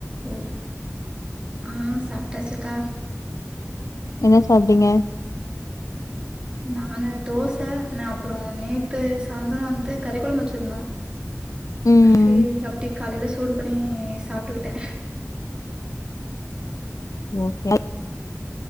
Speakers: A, on the right; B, on the left.
A: ஓ ஆ சாப்ட்டாச்சு அக்கா
B: என்ன சாப்டீங்க
A: நானு தோச ந அப்புறோ நேத்து சாந்துரோ வந்து கறிக்குளம்பு வெச்சிருந்தோ
B: ம்
A: சேரி அப்டி காலையில சூடுப் ப்புனேஸ் சாப்ட்டுக்குட்டே
B: ஓகே